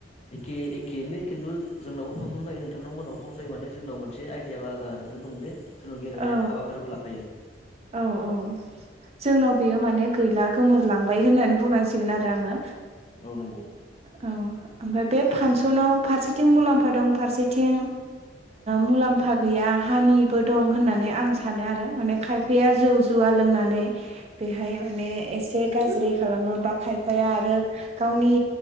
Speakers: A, on the left (about 35°); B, on the right (about 35°).
A: एखे एखेनो खिन्थु जोंनावबो फांसन जायो नोंथांनाव मोननाव फंसायो माने जोंनाव मोनसे आयदाया बारा जानानै दं जे जोंनाव गेलेनाय
B: औ
A: हाबाफारिखौ लाफायो
B: औ औ जोंनाव बेयो माने गैला गोमोरलांबाय होनना बुनां सिगोन आरो आंङो
A: औ नंगौ
B: औ ओमफ्राय बे फानस सनाव फारसेथिं मुलाम्फा दं फारसेथिं मुलाम्फा गैया हानिबो दं होननानै आं सानो आरो माने खायफाया जौ जुवा लोंनानै बेहाय माने एसे गाज्रि खालामो बा खायफाया आरो गावनि